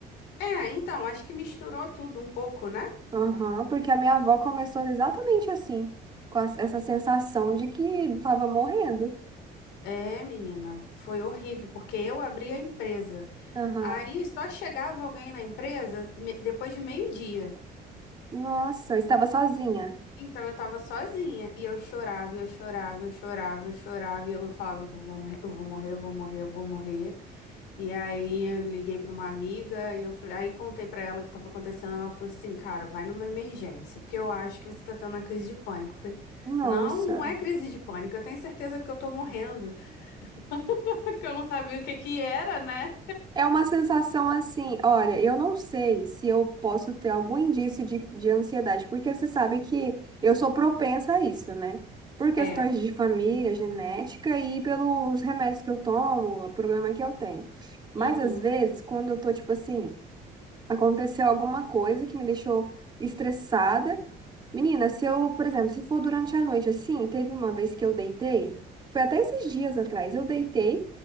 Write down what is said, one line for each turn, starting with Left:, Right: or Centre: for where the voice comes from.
Left: É, então, acho que misturou tudo um pouco, né?
Right: Aham, porque a minha avó começou exatamente assim, com as- essa sensação de que estava morrendo.
Left: É, menina, foi horrível, porque eu abri a empresa.
Right: Aham.
Left: Aí só chegava alguém na empresa me- depois de meio-dia.
Right: Nossa, estava sozinha.
Left: Então eu tava sozinha e eu chorava, e eu chorava, eu chorava, eu chorava, e eu falava, eu vou morrer, eu vou morrer, eu vou morrer, eu vou morrer. E aí eu liguei pra uma amiga e eu falei, aí contei pra ela o que tava acontecendo, ela falou assim, cara, vai numa emergência, porque eu acho que você tá tendo uma crise de pânico. Eu falei,
Right: Nossa.
Left: não, não é crise de pânico, eu tenho certeza que eu tô morrendo, <laughs> porque eu não sabia o que que era, né?
Right: É uma sensação assim, olha, eu não sei se eu posso ter algum indício de, de ansiedade, porque você sabe que eu sou propensa a isso, né? Por questões
Left: É.
Right: de família, genética e pelos remédios que eu tomo, o problema que eu tenho. Mas
Left: Uhum.
Right: às vezes, quando eu tô, tipo assim, aconteceu alguma coisa que me deixou estressada, Menina, se eu, por exemplo, se for durante a noite assim, teve uma vez que eu deitei, foi até esses dias atrás, eu deitei